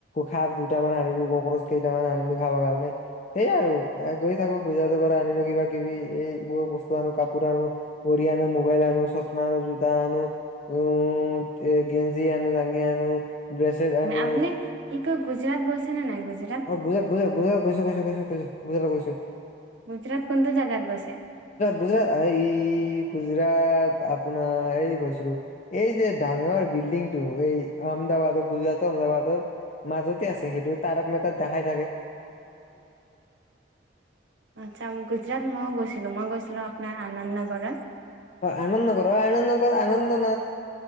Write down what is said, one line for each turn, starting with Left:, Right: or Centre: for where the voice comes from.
Left: খাপ দুটামান আনিলো কক্ৰচ কেইটামান আনিলো খাবৰ কাৰণে এই আৰু গৈ থাকো গুজৰাটৰ পৰা আনিলো কিবা কিবি এই বই বস্তু আনো কাপোৰ আনো ঘড়ী আনো মোবাইল আনো চশমা আনো তানো উম তে গেঞ্জি আনো জাঙ্গীয়া আনো ব্ৰেচলেট আনো
Right: আপুনি কি কয় গুজৰাট গৈছে নে নাই গুজৰাট
Left: অ গুজক গুজক গুজৰাট গৈছ গৈছো গৈছো গছো গুজৰাট গৈছো
Right: গুজৰাাত কোনত জাগাত গৈছে
Left: গুজৰা এই গুজৰাট আপোনাৰ এই কৈছিলো এই যে ডাঙৰ বিল্ডিং টো এই আহমেদাবাদৰ গুজৰাটৰ আহমদাবাদৰ মাজতে আছে সেইটো তাৰক মে <unintelligible>
Right: আচ্ছা গুজৰাট মইও গৈছিলো মই গৈছিলো আপোনাৰ আনন্দ নগৰত
Left: অ আনন্দ নগৰ অ আনন্দ নগৰ আনন্দ